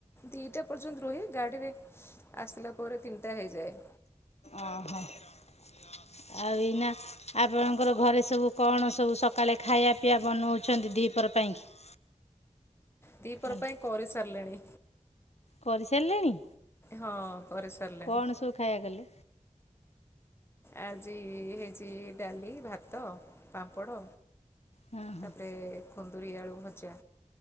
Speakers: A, on the left; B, on the left.
A: ଦିଟା ପର୍ଯ୍ୟନ୍ତ ରୁହେ ଗାଡିରେ ଆସିଲା ପରେ ତିନିଟା ହେଇଯାଏ।
B: ଓହୋ ଆ ଏଇନା ଆପଣଙ୍କର ଘରେ ସବୁ କଣ ସବୁ ସକାଳେ ଖାଇବା ପିଇବା ବନଉଛନ୍ତି ଦିଇପର ପାଇଁକି? <inaudible>
A: ଦି ପର
B: ହେଲା
A: ପାଇଁ କରି ସାରିଲିଣି।
B: କରିସାରିଲେଣି?
A: ହଁ କରିସାରିଲିଣୀ।
B: କଣ ସବୁ ଖାଇବା କଲେ
A: ଆଜି ହେଇଛି ଡାଲି ଭାତ ପାମ୍ପଡ଼
B: ହଁ ହଁ
A: ତାପରେ କୁନ୍ଦୁରି ଆଳୁ ଭଜା।